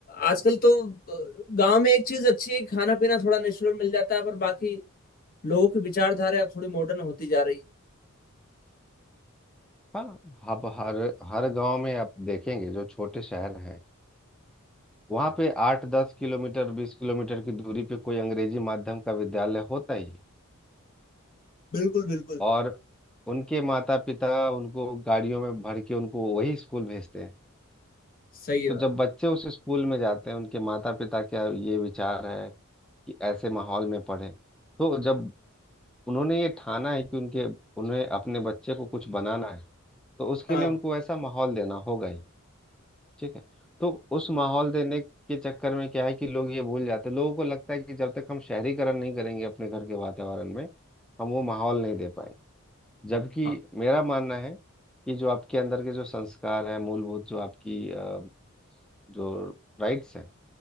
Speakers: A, on the left; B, in the centre.
A: आजकल तो अ, गांव में एक चीज अच्छी है खाना पीना थोड़ा नेचुरल मिल जाता है पर बाकी लोगों की विचारधारा अब थोड़ी मॉडर्न होती जा रही है
B: हाँ अब हर हर गांव में आप देखेंगे जो छोटे शहर हैं वहाँ पे आठ दस किलोमीटर बीस किलोमीटर की दूरी पे कोई अंग्रेजी माध्यम का विद्यालय होता ही है
A: बिल्कुल बिल्कुल
B: और उनके माता पिता उनको गाड़ियों में भर के उनको वही स्कूल भेजते हैं
A: सही है
B: तो
A: बात।
B: जब बच्चे उस स्कूल में जाते हैं उनके माता पिता का ये विचार है कि ऐसे माहौल में पढ़े तो जब उन्होंने ये ठाना है कि उनके उन्हें अपने बच्चे को कुछ बनाना है तो उसके
A: हाँ
B: लिए उनको ऐसा माहौल देना होगा ही ठीक है तो उस माहौल देने के चक्कर में क्या है कि लोग ये भूल जाते हैं लोगों को लगता है कि जब तक हम शहरीकरण नहीं करेंगे अपने घर के वातावरण में हम वो माहौल नहीं दे पाएंगे जबकि
A: हाँ
B: मेरा मानना है कि जो आपके अंदर के जो संस्कार हैं मूलभूत जो आपकी अ, जो राइट्स हैं